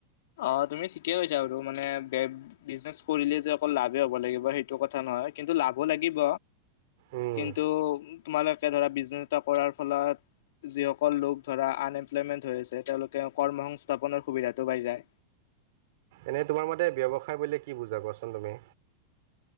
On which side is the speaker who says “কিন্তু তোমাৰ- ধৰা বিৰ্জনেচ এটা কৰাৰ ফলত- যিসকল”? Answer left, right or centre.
Left